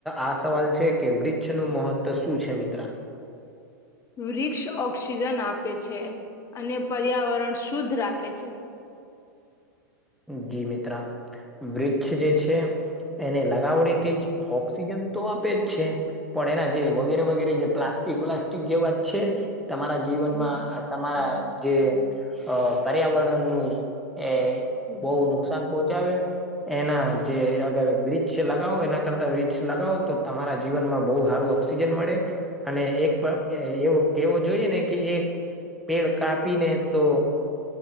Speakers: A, in the centre; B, on the left (about 30°).
A: આ સવાલ છે કે વૃક્ષ નું મહત્વ શું છે મિત્ર
B: વૃક્ષ ઓક્સિજન આપે છે અને પર્યાવરણ શુદ્ધ રાખે છે.
A: જી મિત્રા વૃક્ષ જે છે એને લગાવડીથી જ ઓક્સિજન તો આપે જ છે પણ એના જે વગેરે વગેરે જે પ્લાસ્ટિક વ્લાસ્ટિક જે વાત છે તમારા જીવનમાં
B: યસ.
A: તમારા જે પર્યાવરણ નું એ
B: હમ
A: બહુ નુકસાન પોહોંચડે એના જે અગર બ્રજ લગાવો એના કરતા વીક્ષ લગાવો તો તમારા જીવનમાં બહુ સારું ઓક્સિજન મળે. અને એક એવો કેવો જોઈએ ને કે એક પેડ કાપીને તો